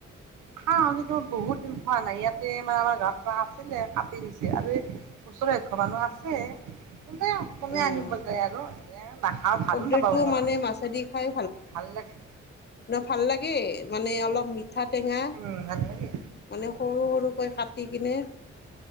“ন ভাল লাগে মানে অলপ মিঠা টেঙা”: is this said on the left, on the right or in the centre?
Left